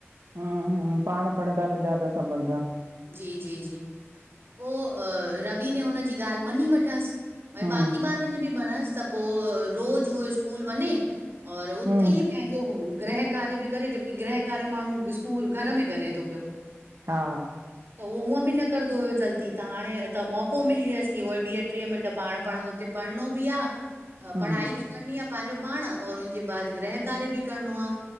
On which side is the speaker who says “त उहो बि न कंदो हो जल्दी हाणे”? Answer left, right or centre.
Right